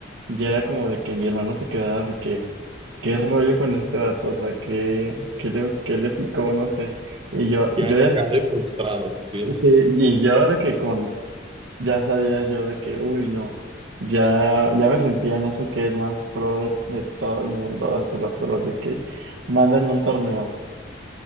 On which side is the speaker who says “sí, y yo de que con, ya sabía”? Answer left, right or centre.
Right